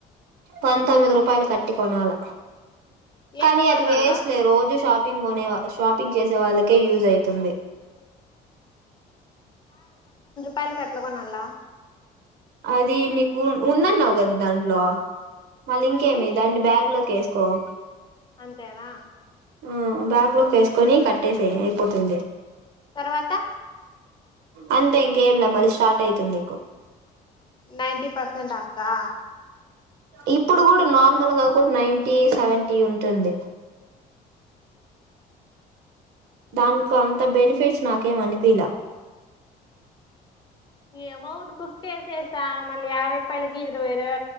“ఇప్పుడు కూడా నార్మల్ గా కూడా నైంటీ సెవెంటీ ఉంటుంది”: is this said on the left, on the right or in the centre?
Right